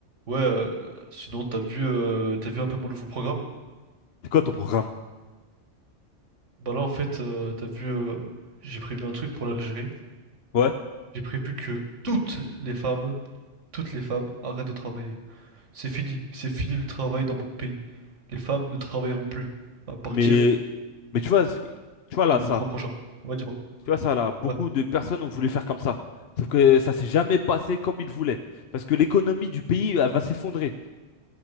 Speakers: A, on the right (about 80°); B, on the left (about 60°).
A: Ouais, euh, sinon t'as vu euh, t'as vu un peu mon nouveau programme?
B: C'est quoi ton programme?
A: Bah là en fait euh, t'as vu euh, j'ai prévu un truc pour l'Algérie.
B: Ouais.
A: J'ai prévu que toutes les femmes, toutes les femmes arrêtent de travailler. C'est fini, c'est fini le travail dans mon pays. Les femmes ne travailleront plus à partir
B: Mais, mais tu vois, ce que- tu vois là,
A: de le
B: ça.
A: du mois prochain. Ouais, dis-moi.
B: Tu vois ça là, beaucoup
A: Ouais.
B: de personnes ont voulu faire comme ça. Sauf que ça s'est jamais passé comme ils voulaient. Parce que l'économie du pays, elle va s'effondrer.